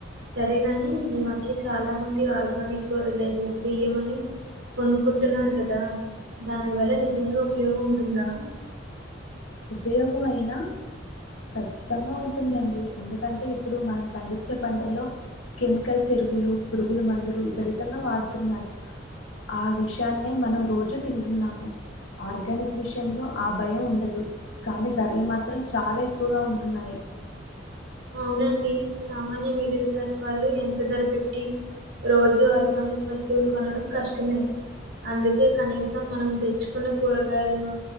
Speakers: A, on the right; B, on the left.
A: సరేగాని ఈ మధ్య చాలా మంది ఆర్గానిక్ కూరగాయలు బియ్యమని కొనుక్కుంటున్నారు కదా దాని వల్ల నిజంగా ఉపయోగం ఉంటుందా
B: ఉపయోగం అయినా ఖచ్చితంగా ఉంటుందండి ఎందుకంటే ఇప్పుడు మనం పండించే పంటల్లో కెమికల్స్ ఎరువులు పురుగుల మందులు విపరీతంగా వాడుతున్నారు ఆ విషాన్నే మనం రోజు తింటున్నాము ఆర్గానిక్ విషయంలో ఆ భయం ఉండదు కానీ ధరలు మాత్రం చాలా ఎక్కువగా ఉంటున్నాయి
A: అవునండి సామాన్య మీడిల్ క్లాస్ వాళ్ళు ఎంత ధర పెట్టి రోజు ఆర్గానిక్ వస్తువులు కొనడం కష్టమే అందుకే కనీసం మనం తెచ్చుకున్న కూరగాయలను